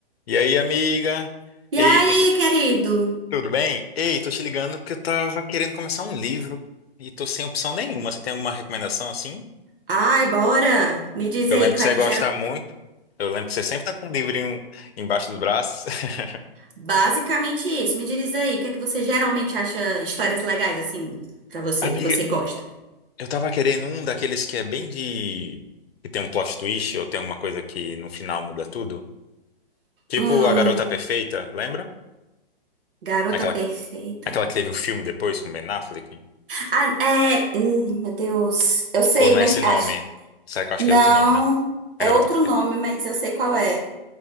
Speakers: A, on the left (about 80°); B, on the right (about 60°).
A: E aí, amiga?
B: E
A: Ei,
B: aí,
A: tô te-
B: querido?
A: tudo bem? Ei, tô te ligando porque eu tava querendo começar um livro e tô sem opção nenhuma. Você tem alguma recomendação assim?
B: Ai, bora! Me diz
A: Eu
B: aí,
A: lembro
B: o que
A: que você
B: é que
A: gosta
B: gera?
A: muito. Eu lembro que você sempre tá com um livrinho embaixo dos braços. <laughs>
B: Basicamente isso. Me diz aí, o que é que você geralmente acha histórias legais, assim, pra você,
A: Amiga,
B: que você gosta?
A: eu tava querendo um daqueles que é bem de... que tem um plot twist ou tem alguma coisa que no final muda tudo. Tipo
B: Hum,
A: A Garota Perfeita, lembra?
B: Garota
A: Aquela,
B: Perfeita.
A: aquela que teve o filme depois com Ben Affleck.
B: Ah, é. hum, meu Deus. Eu sei,
A: Ou não
B: mas
A: é esse nome?
B: acho.
A: Será que- Acho
B: Não,
A: que é outro nome, né?
B: é
A: A Garota
B: outro
A: Perfeita.
B: nome, mas eu sei qual é.